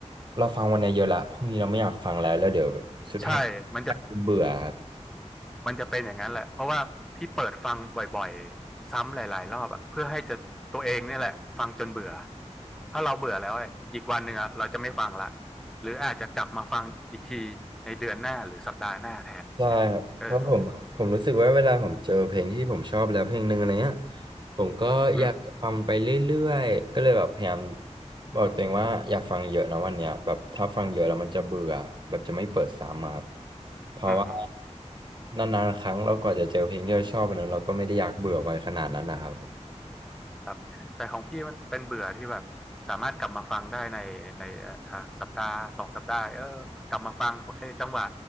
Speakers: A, on the right; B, in the centre.
A: เราฟังวันนี้เยอะละพรุ่งนี้เราไม่อยากฟังแล้วแล้วเดี๋ยวแบบสุดท้าย
B: ใช่มันจะ
A: เบื่อครับ
B: มันจะเป็นอย่างนั้นแหละ เพราะว่าที่เปิดฟังบ่อยๆ ซ้ำหลายๆรอบอะเพื่อให้จะตัวเองเนี่ยแหละฟังจนเบื่อ ถ้าเราเบื่อแล้วอะอีกวันหนึ่งอะเราจะไม่ฟังละหรืออาจจะกลับมาฟังอีกทีในเดือนหน้าหรือสัปดาห์หน้าแทนอย่างเงี้ยเออ
A: ใช่ครับเพราะผมผมรู้สึกว่าเวลาผมเจอเพลงที่ผมชอบแล้วเพลงหนึ่งอะไรเงี้ยผมก็อยากฟังไปเรื่อยๆก็เลยแบบพยายาม
B: อืม
A: บอกตัวเองว่าอย่าฟังเยอะนะวันเนี้ยแบบถ้าฟังเยอะแล้วมันจะเบื่อแบบจะไม่เปิดซ้ำอะครับ เพราะว่า
B: อืม
A: นานๆครั้งเรากว่าจะเจอเพลงที่เราชอบอันนั้นเราก็ไม่ได้อยากเบื่อไปขนาดนั้นนะครับผม
B: ครับแต่ของพี่มันเป็นเบื่อที่แบบสามารถกลับมาฟังได้ในในอ่าสัปดาห์สองสัปดาห์เออกลับมาฟังโอเคจังหวะ